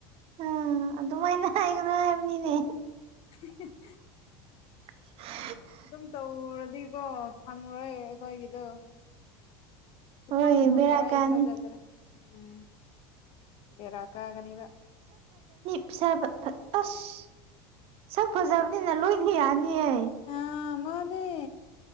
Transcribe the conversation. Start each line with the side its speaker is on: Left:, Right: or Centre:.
Right: ꯑꯥ ꯑꯗꯨꯃꯥꯏꯅ ꯍꯥꯏꯒꯅꯣ ꯍꯥꯏꯕꯅꯤꯅꯦ
Left: <unintelligible>
Right: <inaudible>
Left: ꯑꯗꯨꯝ ꯇꯧꯔꯗꯤꯀꯣ ꯐꯪꯔꯣꯏ ꯑꯩꯈꯣꯏꯒꯤꯗꯣ ꯁꯨꯐꯪ
Right: ꯍꯣꯏ
Left: ꯐꯪꯔꯣꯏ
Right: ꯕꯦꯔꯥ
Left: ꯑꯩ
Right: ꯀꯥꯅꯤ
Left: ꯊꯥꯖꯗ꯭ꯔꯦ ꯎꯝ ꯕꯦꯔꯥ ꯀꯥꯒꯅꯤꯕ
Right: ꯥ ꯐꯁꯥꯕ ꯐꯠ ꯑꯁ ꯁꯛ ꯐꯖꯕꯅꯤꯅ ꯂꯣꯏꯅ ꯌꯥꯅꯤꯌꯦ
Left: ꯑꯥ ꯃꯥꯅꯦ